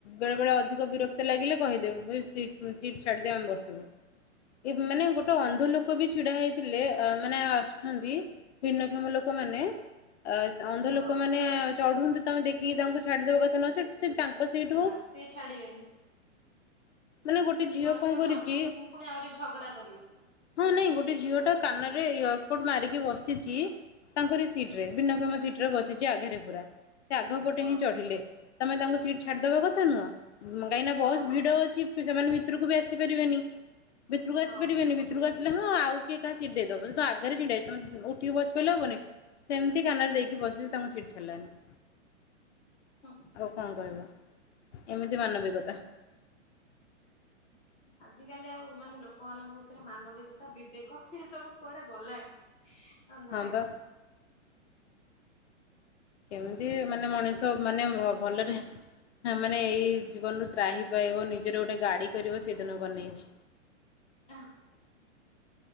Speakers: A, on the left; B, on the left.
A: ବେଳେ ବେଳେ ଅଧିକ ବିରକ୍ତ ଲାଗିଲେ କହିଦେବେ ଭ ସିଟ୍ ଛାଡ଼ିଦିଅ, ଆମେ ବସିବୁ। ମାନେ ଗୋଟେ ଅନ୍ଧ ଲୋକ ବି ଛିଡା ହେଇଥିଲେ। ମାନେ ଆସୁଛନ୍ତି ଭିନ୍ନକ୍ଷମ ଲୋକମାନେ ଅନ୍ଧ
B: ହଁ
A: ଲୋକମାନୋନ ଚଢୁନ୍ତନ୍ତି ତମେ ଦେଖିକି ତାଙ୍କୁ ଛାଡିଦବା କଥା ନହ ସେ ସେ ତାଙ୍କ ସେଇଠ
B: ନା ସିଏ ଛାଡିବେନି।
A: ମାନେ ଗୋଟେ ଝିଅ
B: ଜଣେ
A: କଣ
B: ଜଣେ
A: କରିଛି
B: ଅଛନ୍ତି, ସେମତି ପୁଣି ଆହୁରି ଝଗଡା କରିବେ।
A: ହଁ ନାଇଁ ଗୋଟେ ଝିଅ ଟା କାନରେ ଏୟାରପୋର୍ଟ ମାରିକି ବସିଛି। ତାଙ୍କରି ସିଟରେ ଭିନ୍ନକ୍ଷମ ସିଟରେ ବସିଛି ଆଘରେ ପୁରା ସେ ଆଗ ପଟେ
B: ହଁ
A: ହିଁ ଚଢିଲେ। ତମେ ତାଙ୍କୁ ସିଟ୍ ଛାଡିଦବା କଥା ନୁହଁ। କାହିଁକିନା
B: ହଁ
A: ବସ
B: ହଁ
A: ଭିଡ ଅଛି ସେମାନେ ଭିତରକୁ ବି ଆସି ପାରିବେନି ଭିତରକୁ
B: ହଁ
A: ଆସି ପାରିବେନି। କୁ ଆସିଲ ହଁ ଆଉ କିଏ କାହା ସିଟି ଦେଇଦବ ତ ଆଗରେ ଛି ତମେ ଉଠିକି ବସି ପାରଲେ ହବନି। ସେମିତି କାନରେ ଦେଇକି ବସିଛି ତାଙ୍କୁ ସିଟ୍ ଛଡ଼ିଲାନି।
B: ହଁ
A: ହଉ କଣ କହିବ ଏମିତି ମାନବିକତା।
B: ଆଜିକାଲି ଆଉ ମାନେ ଲୋକମାନଙ୍କ ଭିତରେ ମାନବିକତା ବିବେକ ସେ ସବୁ କୁଆଡେ ଗଲାଣି। ଆଉ ନାଇଁ।
A: ହଁ ବା ଏମିତି ମାନେ ମଣିଷ ମାନେ ଭଲରେ ମାନେ ଏଇ ଜୀବନରୁ ତ୍ରାହିିି ପାଇବ ନିଜର ଗୋଟେ ଗାଡି କରିବ ସେଦିନକୁ ଅନେଇଛି।
B: ଅ।